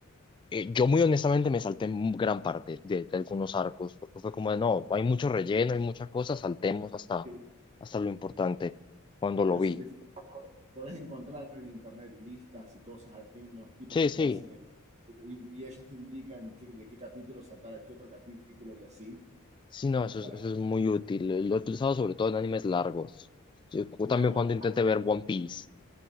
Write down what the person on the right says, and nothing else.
eh,
Pero
si te fijas, podés encontrar en internet listas y cosas, hay unos tipos
que
te hacen el... Y, y ellos te indican qué- de qué capítulo saltar a qué otro capítulo y así,
como
para...
Claro.